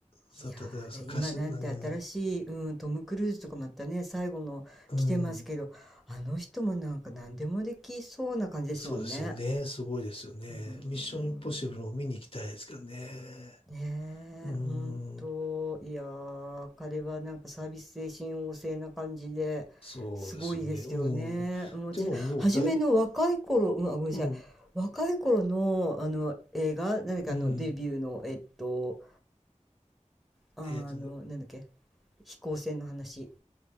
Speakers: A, on the left; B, in the centre.
A: さ、
B: いやー、
A: 例えばそう歌手、
B: で今なんて新しい、
A: うん、
B: うん、トム・クルーズとかまたね、最後の来てますけど、
A: うん、
B: あの人もなんか何でもできそうな感じですもんね。
A: そうですよね。すごいですよね。
B: うん。
A: ミッションインポッシブルを見に行きたいですけどね。
B: ねえ、
A: う
B: ほんと、
A: ん、
B: いやー、彼はなんかサービス精神旺盛な感じで、
A: そうですよね。
B: すごいですよね。
A: うん。
B: うん、私、
A: でももうだいぶ、
B: 初めの若い頃、うん、あ、ごめんなさい、
A: うん、
B: 若い頃の、あの映画、なんだっけ、
A: うん。
B: あのデビューの、えっと、あの、
A: えっとね、
B: なんだっけ、飛行船の話、